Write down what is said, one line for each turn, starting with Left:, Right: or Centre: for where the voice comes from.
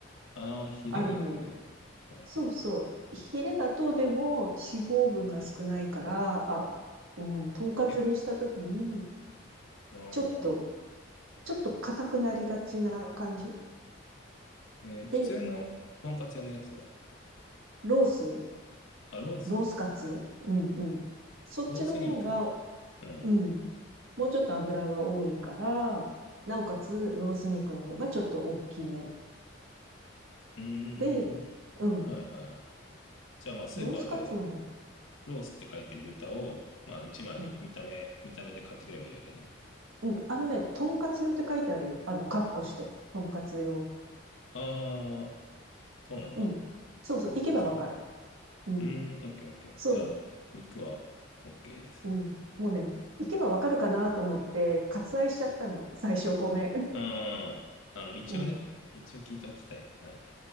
Left: ああー、ヒレ肉ね。
Right: あるのよ。
Left: はいはいはい。
Right: そうそう。ヒレだとでも脂肪分が少ないから、あ、うん、とんかつにしたときに、
Left: え、ふうーん。
Right: ちょっと、ちょっと硬くなりがちな感じ
Left: えー普通のとんかつ屋のやつは
Right: で、ロース
Left: あ、ロース。
Right: ロースカツうんうん。そっちの方が、
Left: ロース肉。うん。
Right: うん。もうちょっと油が多いから、なおかつロース肉の方がちょっと大きめ。
Left: うーん。
Right: で、うん。
Left: はいはいはい。じゃあまあ、スーパーで、
Right: ロースカツの方が、
Left: ロースって書いてる豚を、まあ一枚見た目、
Right: うん。
Left: 見た目で買ってくればいいわけね。
Right: うん。あのね、とんかつ用って書いてあるよ。あの、カッコして。とんかつ用。
Left: ああ、そうなんだ。
Right: うん。そうそう。
Left: とんかつよ。
Right: 行けばわかる。うん。
Left: うーん、オッケーオッケー。
Right: そ
Left: じゃあ、肉はオッケーです。
Right: う。うん。もうね、行けばわかるかなと思って、割愛しちゃったの。最初ごめん。
Left: うーん、あの、一応ね、
Right: うん。
Left: 一応聞いておきたい。はい。